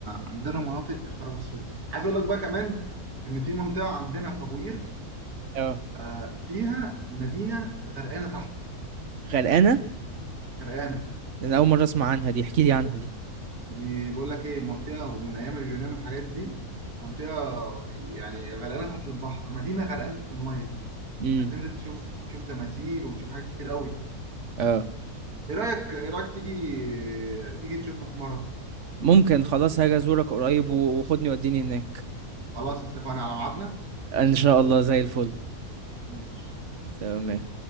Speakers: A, on the right (about 75°); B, on the right (about 55°).
A: عندنا مناطق يا خراب السويد عايز اقول لك بقى كمان ان في منطقه عندنا في ابو قير
B: اه
A: آه، فيها مدينه غرقانه تحت
B: غرقانة
A: غرقانه
B: انا اول مرة اسمع عنها دي احكي لي عنها دي
A: دي بيقول لك ايه منطقه من ايام اليونان والحاجات دي منطقه يعني غرقانه تحت البحر مدينه غرقانه تحت الميه
B: اه
A: انت هتنزل تشوف تشوف تماثيل وتشوف حاجات كتير قوي
B: اه
A: ايه رايك ايه رايك تيجي تيجي تشوفها في مره
B: ممكن خلاص هاجي ازورك قريب و- وخدني وديني هناك
A: خلاص اتفقنا على ميعادنا
B: ان شاء الله زي الفل
A: ماشي
B: تمام